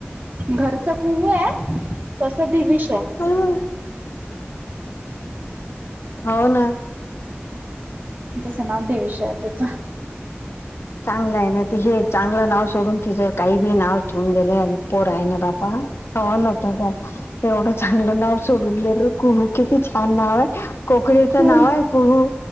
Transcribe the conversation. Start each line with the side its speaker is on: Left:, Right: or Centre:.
Right: घरचा कुह आहे तसं दिविश आहे.
Left: <unintelligible> हो ना.
Right: तस नाव दिवीश आहे तीच.
Left: चांगलं आहे ना ति हे चांगलं नाव सोडून त जर काही बी नाव ठेवून गेले पोर आहे ना बापाव नता तर तेवढंच चांगलं नाव सोडून देले कुहू किती छान नाव आहे कोकळीचं
Right: खूप
Left: नाव आहे कुहू.